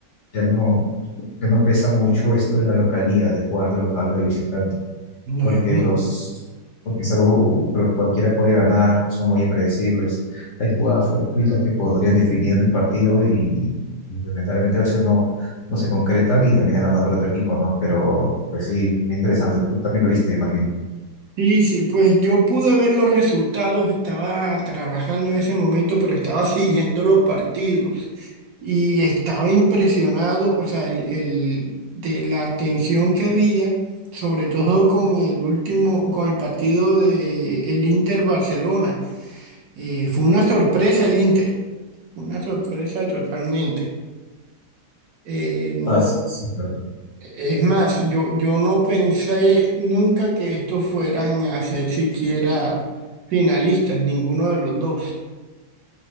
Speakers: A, on the left (about 60°); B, on the right (about 65°).
A: ya no, ya no pesa mucho esto de la localidad, de jugar de local o de visitante
B: No,
A: porque
B: es una.
A: los, porque es algo, pero cualquiera puede ganar, son muy impredecibles. Hay jugadas fortuitas que podrían definir el partido y, y lamentablemente a veces no, no se concretan y terminan ganando el otro equipo, ¿no? Pero, pues sí, muy interesante. Tú también lo viste, imagino.
B: Sí, sí, pues yo pude ver los resultados, estaba trabajando en ese momento, pero estaba <laughs> siguiendo los partidos y estaba impresionado, o sea, el, el- de la tensión que había, sobre todo con el último, con el partido de el Inter Barcelona. Eh, fue una sorpresa el Inter, fue una sorpresa totalmente. Eh, no,
A: Ah, sí, sí, claro.
B: Es más, yo, yo no pensé nunca que estos fueran a ser siquiera finalistas, ninguno de los dos.